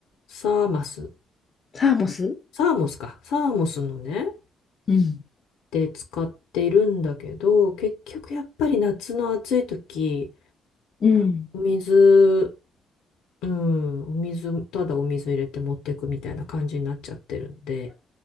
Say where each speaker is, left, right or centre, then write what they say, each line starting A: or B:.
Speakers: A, on the left (about 90°); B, on the left (about 40°).
A: サーマス、
B: サーモス
A: サーモスか、サーモスのね、
B: うん。
A: で使っているんだけど、結局やっぱり夏の暑い時、
B: うん。
A: お水うん、お水、ただお水入れて持ってくみたいな感じになっちゃってるんで、